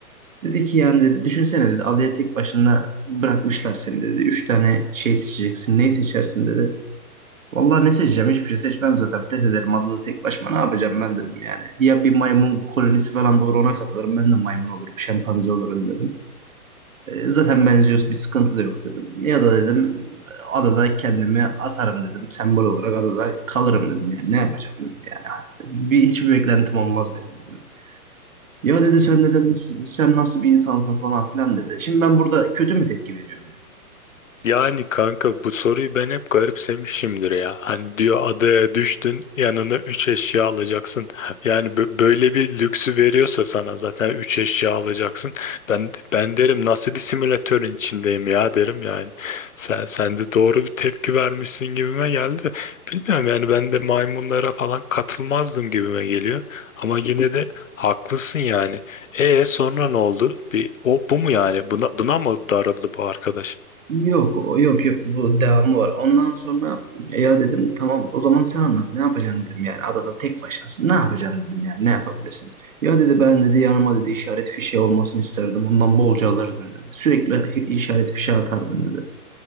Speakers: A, on the right; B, on the left.
A: Dedi ki yani dedi, düşünsene dedi adaya tek başına bırakmışlar seni dedi. Üç tane şey seçeceksin. Neyi seçersin dedi. Vallahi ne seçeceğim? Hiçbir şey seçmem zaten. Pes ederim. Adada tek başıma ne yapacağım ben dedim yani. Ya bir maymun kolonisi falan bulur ona katılırım. Ben de maymun olurum. Şempanze olurum dedim. E, zaten benziyoruz. Bir sıkıntı da yok dedim. Ya da dedim e, adada kendimi asarım dedim. Sembol olarak adada kalırım dedim yani. Ne yapacağım dedim yani. Bir, hiçbir beklentim olmaz benim dedim. Ya dedi sen dedim sen nasıl bir insansın falan filan dedi. Şimdi ben burada kötü mü tepki veriyorum
B: Yani kanka bu soruyu ben hep garipsemişimdir ya. Hani diyor adaya düştün yanına 3 eşya alacaksın. Yani bö- böyle bir lüksü veriyorsa sana zaten 3 eşya alacaksın. Ben ben derim nasıl bir simülatörün içindeyim ya derim yani. Sen, sen de doğru bir tepki vermişsin gibime geldi. Bilmiyorum yani ben de maymunlara falan katılmazdım gibime geliyor. Ama yine de haklısın yani. E sonra ne oldu? Bir, o bu mu yani? Buna, buna mı darıldı bu arkadaş?
A: Yok o- yok yok bu devamı var. Ondan sonra ya dedim tamam o zaman sen anlat ne yapacaksın dedim yani adada tek başınasın ne yapacaksın dedim yani ne yapabilirsin. Ya dedi ben dedi yanıma dedi işaret fişeği olmasını isterdim ondan bolca alırdım dedi. Sürekli işaret fişeği atardım dedi.